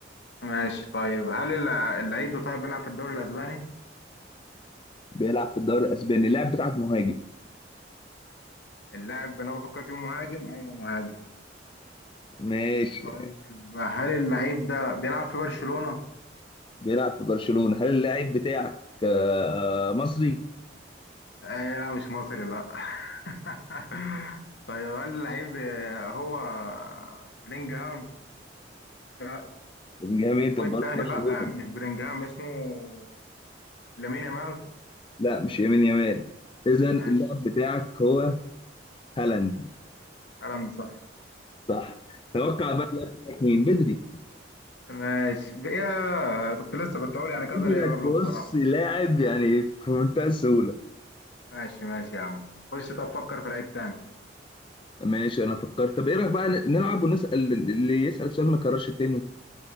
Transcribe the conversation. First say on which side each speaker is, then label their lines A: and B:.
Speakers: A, on the left; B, on the left.
A: ماشي طيب هل الع- اللعيب ده طيب بيلعب في الدوري الاسباني
B: بيلعب في الدوري الاسباني اللاعب بتاعك مهاجم
A: اللاعب اللي انا بفكر فيه مهاجم ايوه مهاجم
B: ماشي
A: طيب هل اللعيب ده بيلعب في برشلونة
B: بيلعب في برشلونة هل اللاعب بتاعك آه آه، مصري
A: آه لا مش مصري لا <laughs> طيب هل اللعيب آه، هو بلينجهام آه،
B: الجميع
A: اسمه
B: انت في
A: ايه التاني
B: برشلونة
A: لا آه، مش بلينجهام اسمه لامين يامال
B: لا مش يمين يمال اذا اللاعب
A: ماشي
B: بتاعك هو هالاند
A: كلام صح
B: صح توقع بقى اللي قدامك مين بدري
A: ماشي بقى كنت لسه كنت اقول يعني كذا
B: يجي
A: لعيب
B: لك
A: قبله
B: بص
A: بصراحة
B: لاعب يعني في منتهى السهوله
A: ماشي ماشي يا عم خش طب فكر في لعيب تاني
B: ماشي انا فكرت طب ايه رايك بقى نلعب ونسال اللي يسال سؤال ما يكررش التاني